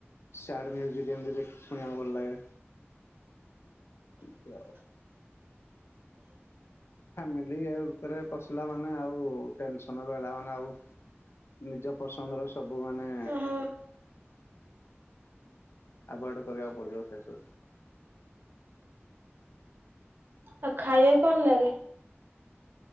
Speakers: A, on the left; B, on the right.
A: ସ୍ୟାଡ ମୀୟୁଜି କଶୁଣିବାକୁ ଭଲ ଲାଗେ ଏମିତି ଆଉ
B: <inaudible>
A: ଫାମିଲି ଇଏ ଭିତରେ ପଶିଲା ମାନେ ଆଉ ଟେନସନ ରହିଲା ମାନେ ଆଉ ନିଜ ପସନ୍ଦ ର ସବୁ ମାନେ
B: ଓହଁ
A: ଆଭୋଡ କରିବାକୁ ପଡିବ ସେ ସବୁ
B: ଆଉ ଖାଇବାକୁ କଣ ଲାଗେ